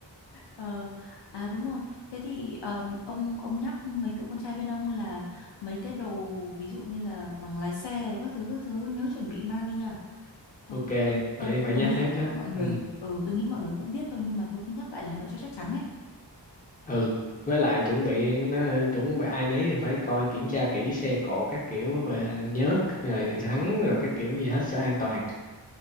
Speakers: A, on the left; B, on the left.
A: Ờ, à đúng rồi. Thế thì ờm, ông ông nhắc mấy tụi con trai bên ông là mấy cái đồ ví dụ như là bằng lái xe rồi các thứ các thứ nhớ chuẩn bị mang đi nha. Thôi
B: ok phải
A: tôi
B: phải
A: tôi
B: nhắc
A: nghĩ
B: hết đó
A: mọi người
B: ừ
A: ừ tôi nghĩ mọi người cũng biết thôi nhưng mà thôi cứ nhắc lại lần nữa cho chắc chắn ấy.
B: ừ với lại chuẩn bị nó chuẩn bị ai nấy thì phải coi kiểm tra kỹ xe cộ các kiểu và nhớt rồi thắng rồi các kiểu gì hết cho an toàn